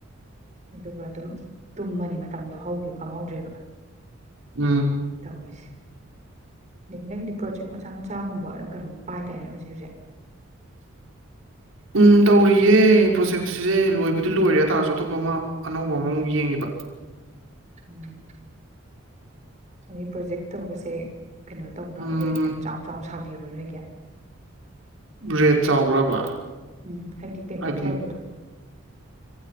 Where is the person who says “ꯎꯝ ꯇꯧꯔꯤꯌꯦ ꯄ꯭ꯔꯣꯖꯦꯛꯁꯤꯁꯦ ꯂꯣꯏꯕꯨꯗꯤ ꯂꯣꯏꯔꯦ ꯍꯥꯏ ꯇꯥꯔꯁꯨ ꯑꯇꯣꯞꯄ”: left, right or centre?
Right